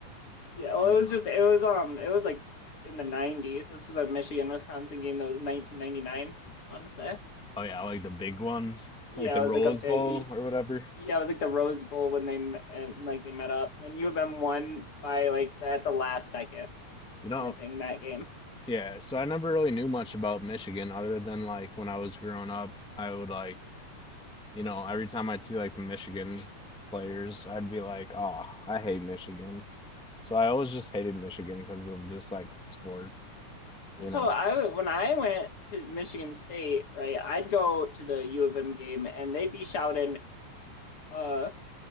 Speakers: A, on the left; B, in the centre.
A: Yeah, well,
B: You
A: it
B: know.
A: was just it was um it was like in the 90s. This was a Michigan Wisconsin game that was 1999, I want to say.
B: Oh yeah, like the big ones,
A: Yeah,
B: like the
A: it
B: Rose
A: was like a big
B: Bowl or whatever.
A: Yeah, it was like the Rose Bowl when they m- and, like they met up, and U of M won by like at the last second
B: You know.
A: kind of thing that game.
B: Yeah, so I never really knew much about Michigan other than like when I was growing up, I would like, you know, every time I'd see like the Michigan players, I'd be like, "Oh, I hate Michigan." So I always just hated Michigan because of just like sports, you
A: So
B: know.
A: I when I went to Michigan State, right, I'd go to the U of M game, and they'd be shouting, "Uh,